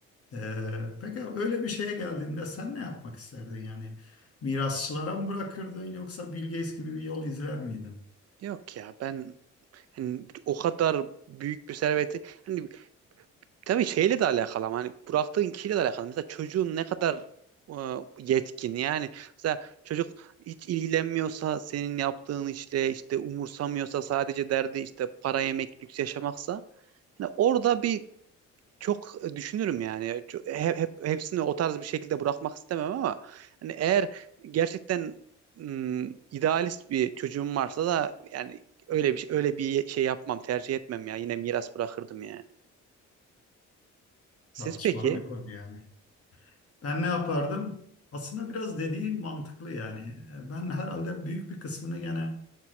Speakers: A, on the left; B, on the right.
A: Ee, peki öyle bir şeye geldiğinde sen ne yapmak isterdin yani? Mirasçılara mı bırakırdın yoksa Bill Gates gibi bir yol izler miydin?
B: Yok ya ben hani o kadar büyük bir serveti hani Tabii şeyle de alakalı ama hani bıraktığın kişiyle de alakalı. Mesela çocuğun ne kadar e, yetkin yani mesela çocuk hiç ilgilenmiyorsa senin yaptığın işle işte umursamıyorsa sadece derdi işte para yemek lüks yaşamaksa yani orada bir çok düşünürüm yani Çok- hep, hep hepsini o tarz bir şekilde bırakmak istemem ama hani eğer gerçekten mm, idealist bir çocuğum varsa da yani öyle bir öyle bir şey yapmam tercih etmem ya yine miras bırakırdım yani. Siz
A: Tartışmalı
B: peki?
A: bir konu yani. Ben ne yapardım? Aslında biraz dediği mantıklı yani. Ben herhalde büyük bir kısmını gene